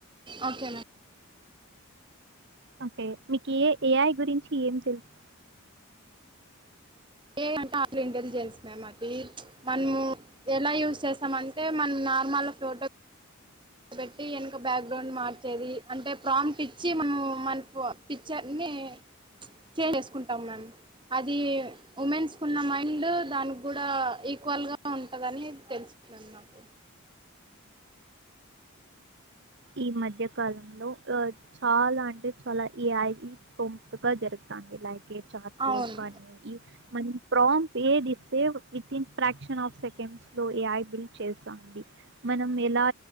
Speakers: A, on the right (about 20°); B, on the right (about 55°).
A: ఓకే మ్యామ్
B: ఓకే మీకు ఏ ఏఐ గురించి ఏం తెలుసు
A: ఏఐ అంటె ఆల్ ఇంటెల్జెన్స్ మ్యామదీ ప్చ్ మన్మూ ఎలా యూస్ జేస్తామంటె మన్న నార్మల్ల ఫోటో పెట్టి వెనక బ్యాక్ గ్రౌండ్ మార్చేది అంటే ప్రామ్ట్ ఇచ్చి మనం మనకు పిక్చర్ ని చేసేసుకుంటాం నన్ అది ఉమెన్స్ కున్న మైండ్ దానికి కూడా ఈక్వల్ గా ఉంటదని తెలుసు. మెన్ నాకు.
B: ఈ మధ్య కాలంలో ఆహ్ చాలా అంటే చాలా ఈ ఏఐ కి ప్రాంట్ గా జరుగుతు. లైక్ ఎ చార్ట్ బోర్డ్
A: అవును
B: కానీ ఈ మన్. ప్రాముట్ ఏది ఇస్తే విత్న్ ఫ్రాక్షన్ ఆఫ్ సెకండ్స్ లో ఏఐ బిల్ట్ చేస్తుంది. మనం ఎలా.